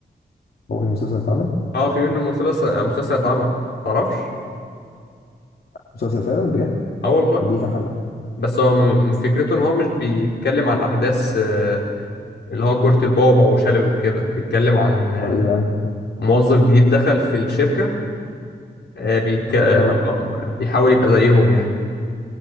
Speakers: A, on the left (about 60°); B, on the left (about 80°).
A: هو في المسلسل اللي اتعمل
B: اه في منه مسلسل مسلسل اتعمل تعرفش
A: مسلسل فعلا بجد
B: اه والله
A: قد ايه كام حلقه
B: بس هو م- فكرته ان هو مش بيتكلم عن احداث آه، اللي هو كرة البعبع وشلبي وكده بيتكلم عن آه،
A: امال ايه بقى أمم،
B: موظف جديد دخل في الشركة آه، بيك... اللي
A: اه
B: هو بيحاول يبقى زيهم يعني